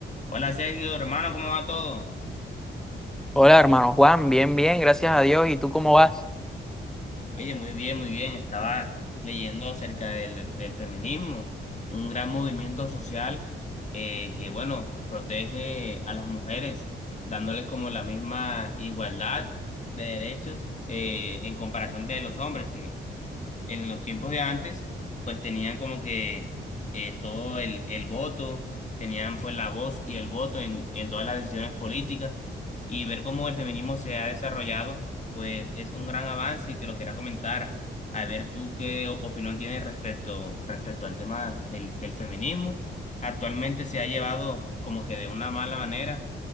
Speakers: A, on the left (about 35°); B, in the centre.
A: Hola Sergio, hermano, ¿cómo va todo?
B: Hola, hermano Juan, bien, bien, gracias a Dios. ¿Y tú cómo vas?
A: Oye, muy bien, muy bien. Estaba leyendo acerca del, del feminismo, un gran movimiento social eh, que, bueno, protege a las mujeres, dándoles como la misma igualdad de derechos eh, en comparación de los hombres, que en los tiempos de antes, pues tenían como que eh, todo el, el voto, tenían pues la voz y el voto en, en todas las decisiones políticas y ver cómo el feminismo se ha desarrollado, pues es un gran avance y te lo quería comentar. A ver tú qué o- opinión tienes respecto, respecto al tema del, del feminismo. Actualmente se ha llevado como que de una mala manera